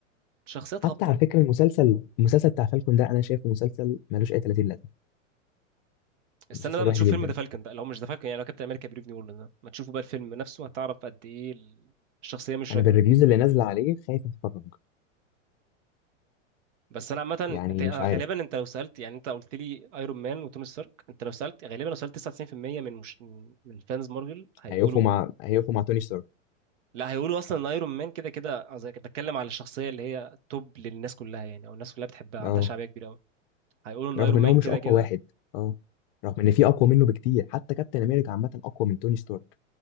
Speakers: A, on the right; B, on the left.
A: شخصيات
B: حتى
A: هابطة
B: على فكره المسلسل المسلسل بتاع فالكون ده انا شايفه مسلسل ملوش اي 30 لازمه
A: استنى
B: المسلسل
A: بقى ما
B: وحش
A: تشوف
B: جدا
A: فيلم ذا فالكون ده لو مش ذا فالكون يعني لو كابتن امريكا بريف نيو وورلد ده ما تشوفه بقى الفيلم نفسه هتعرف قد ايه الشخصيه مش
B: انا
A: راكبه
B: بالريفيوز اللي نازله عليه خايف اتفرج
A: بس انا عامه
B: يعني
A: انت أنا
B: مش عارف
A: غالبا انت لو سالت يعني انت قلت لي ايرون مان وتوني ستارك انت لو سالت غالبا لو سالت 99% من مش من فانز مارفل هيقولوا
B: هيقفوا مع هيقفوا مع توني ستارك
A: لا هيقولوا اصلا ان ايرون مان كده كده قصدي بتكلم على الشخصيه اللي هي توب للناس كلها يعني او الناس كلها بتحبها عندها
B: اه
A: شعبيه كبيره قوي هيقولوا ان
B: رغم
A: ايرون
B: ان
A: مان
B: هو مش
A: كده
B: اقوى
A: كده
B: واحد اه رغم ان في اقوى منه بكتير حتى كابتن امريكا عامه اقوى من توني ستارك